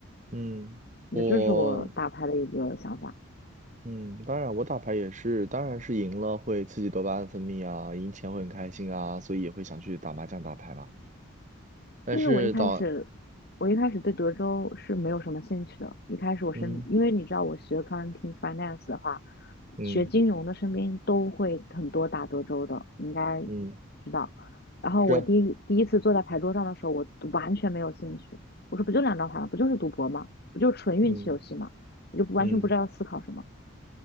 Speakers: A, on the right; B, on the left.
A: 嗯，
B: 我觉得这是我打牌的一个想法。
A: 我。嗯，当然，我打牌也是，当然是赢了会刺激多巴胺分泌啊，赢钱会很开心啊，所以也会想去打麻将、打牌嘛。但是到
B: 就是我一开始，我一开始对德州是没有什么兴趣的。一开始我身，
A: 嗯
B: 因为你知道我学 accounting finance 的话，
A: 嗯
B: 学金融的身边都会很多打德州的，你应该
A: 嗯
B: 知道。然后我第一第一次坐在牌桌上的时候，
A: 是啊
B: 我完全没有兴趣。我说不就两张牌吗？不就是赌博吗？不就是纯运气游戏吗？
A: 嗯
B: 我就不完全不知道要思考什么。
A: 嗯